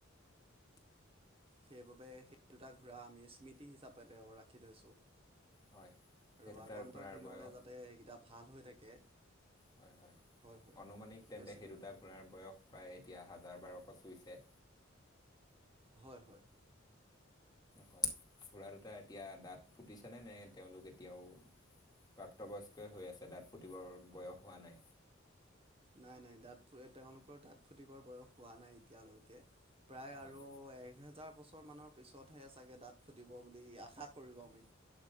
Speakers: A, on the right; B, on the left.
A: সেইবাবে সেই দুটা ঘূঁৰা আমি স্মৃতি হিচাপে তেওঁ ৰাখি থৈছোঁ।
B: হয়
A: আৰু
B: সেই দুটাৰ
A: আগন্তক
B: ঘোঁৰাৰ
A: দিনলে
B: বয়স
A: যাতে সেইকেইটা ভাল হৈ থাকে।
B: হয় হয়
A: হয়
B: অনুমানিক
A: কি
B: তেন্তে
A: কৈছিলে
B: সেই দুটা ঘোঁৰা বয়স প্ৰায়। এতিয়া হাজাৰ বাৰশ চুইছে।
A: হয়, হয়, হয়।
B: হয় ঘোঁৰা দুটা এতিয়া দাঁত ফুটিছেনে নে তেওঁলোক এতিয়াও প্ৰাপ্তবয়স্কই হৈ আছে দাঁত ফুটিবৰ বয়স হোৱা নাই
A: নাই নাই দাঁতু তেওঁলোকৰ দাঁত ফুটিবৰ বয়স হোৱা নাই এতিয়ালৈকে। প্ৰায়
B: হয়
A: আৰু এ হাজাৰ বছৰমানৰ পিছতহে চাগে দাঁত ফুটিব বুলি আশা কৰিব আমি।